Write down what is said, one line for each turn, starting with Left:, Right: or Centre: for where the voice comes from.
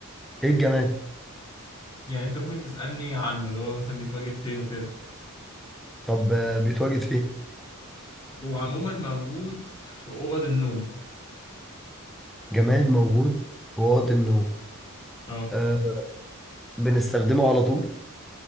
Centre: ايه الجماد
Left: يعني انت ممكن تسالني عنه اللي هو مثلا بيتواجد فين وكده
Centre: طب آه بيتواجد فين
Left: هو عموما موجود في اوض النوم
Centre: جماد موجود في اوض النوم
Left: اه
Centre: آه بنستخدمه على طول